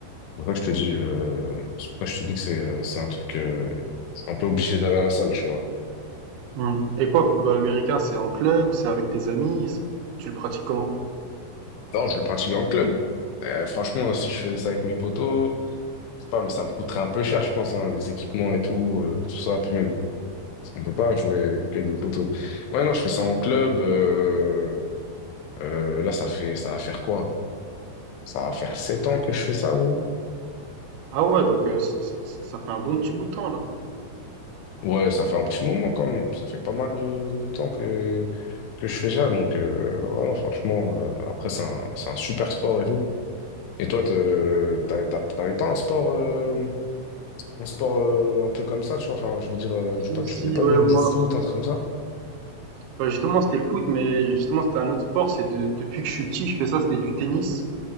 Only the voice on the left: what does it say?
c'est pour ça que je te dis, euh, c'est pour ça que je te dis que c'est euh, c'est un truc euh, un peu obligé d'aller à la salle, tu vois.
Non, je le pratique en club. Euh, franchement, si je faisais ça avec mes potos, c'est pas, mais ça me coûterait un peu cher, je pense, hein, les équipements et tout, euh, tout ça, puis même. On peut pas jouer avec des poteaux. Ouais, non, je fais ça en club. euh, euh, là, ça fait, ça va faire quoi? Ça va faire sept ans que je fais ça, gros.
Ouais, ça fait un petit moment quand même. Ça fait pas mal de, de temps que, que je fais ça. Donc, euh, ouais, non, franchement, euh, après, c'est un, c'est un super sport et tout. Et toi, te- t'as- t'as- t'avais pas un sport, euh, un sport euh, un peu comme ça, tu vois? Enfin, je veux dire, euh,
je sais pas, tu
faisais pas
du, du
foot, un truc comme ça?